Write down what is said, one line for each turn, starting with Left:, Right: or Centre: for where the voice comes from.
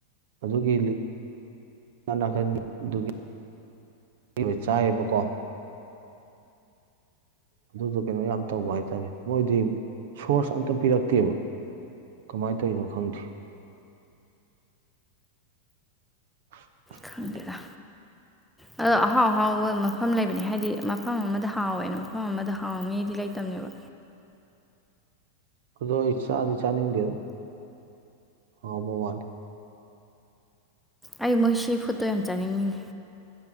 Right: ꯑꯗꯨꯒꯤ <unintelligible> <unintelligible> <unintelligible> ꯏꯕ ꯆꯥꯏꯌꯦꯕꯀꯣ ꯑꯗꯨꯗꯣ ꯀꯩꯅꯣ ꯌꯥꯝ ꯇꯧꯕ ꯍꯥꯏꯇꯥꯔꯦ ꯃꯣꯏꯗꯤ ꯁꯣꯔꯁ ꯑꯝꯇ ꯄꯤꯔꯛꯇꯦꯕ ꯀꯃꯥꯏꯅ ꯇꯧꯔꯤꯅꯣ ꯈꯪꯗꯦ <unintelligible>
Centre: ꯈꯪꯗꯦꯗ ꯑꯗꯣ ꯑꯍꯥꯎ ꯑꯍꯥꯎꯕ ꯃꯐꯝ ꯂꯩꯕꯅꯦ ꯍꯥꯏꯗꯤ ꯃꯐꯝ ꯑꯃꯗ ꯍꯥꯎꯋꯦꯅ ꯃꯐꯝ ꯑꯃꯗ ꯍꯥꯎꯅꯤꯗꯤ ꯂꯩꯇꯕꯅꯦꯕ
Right: ꯑꯗꯨ ꯏ ꯑꯗꯨꯗꯤ ꯆꯅꯤꯡꯦꯗ ꯍꯥꯎꯕꯥ ꯋꯥ <unintelligible>
Centre: ꯑꯩ ꯃꯣꯏ ꯁꯤꯐꯨꯘꯇꯣ ꯌꯥꯝ ꯆꯥꯅꯤꯡꯉꯤꯉꯤ